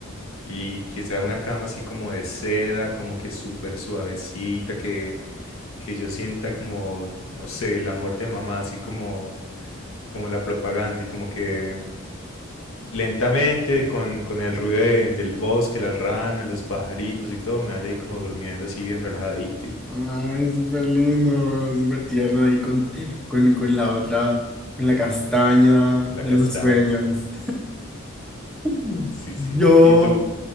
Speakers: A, on the left; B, in the centre.
A: Y quizá una cama así como de seda, como que súper suavecita, que, que yo sienta como, no sé, el amor de mamá, así como, como la propaganda y como que lentamente con, con el ruido de- del bosque, las ranas, los pajaritos y todo, me vaya ahí como durmiendo así bien relajadito y
B: Ay, súper lindo, súper tierno ahí con, con, con la otra, con la castaña
A: con la
B: de
A: castaña,
B: los sueños.
A: así.
B: <laughs>
A: Sí, sí,
B: Yo
A: sí. Y tú,